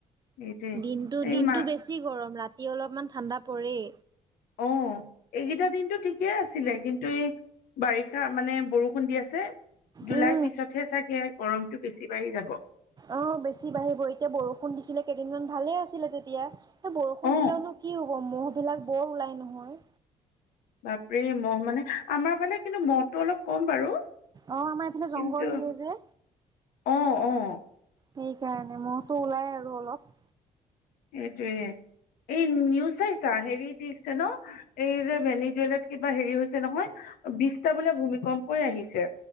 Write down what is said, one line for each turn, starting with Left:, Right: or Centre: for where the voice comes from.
Left: এইটোৱে
Right: দিনটো,
Left: এই
Right: দিনতো
Left: মা
Right: বেছি গৰম, ৰাতি অলপমান ঠাণ্ডা পৰেই।
Left: অ' এইকেইটা দিনতো ঠিকেই আছিলে, কিন্তু এই বাৰিষা মানে বৰষুণ দি আছে। জুলাই
Right: উম,
Left: পিছতহে চাগে গৰমতো বেছি বাঢ়ি যাব।
Right: অ' বেছি বাঢ়িব। এতিয়া বৰষুণ দিছিলে, কেইদিনমান ভালে আছিলে তেতিয়া। এই বৰষুণ
Left: অ
Right: দিলেওনো কি হ'ব, মহ' বিলাক বৰ ওলাই নহয়।
Left: বাপৰে মহ মানে আমাৰ ফালে কিন্তু মহটো অলপ কম বাৰু।
Right: অহ আমাৰ এইফালে জংঘল
Left: কিন্তু
Right: ঢেৰ যে।
Left: অ অ
Right: সেইকাৰণে, মহতো ওলাই আৰু অলপ।
Left: সেইটোয়ে এই নিউজ চাইছা? হেৰি দিছে ন এই যে ভেনিজুৱেলাত কিবা হেৰি হৈছে নহয়, বিছটা বোলে ভূমিকম্পই আহিছে।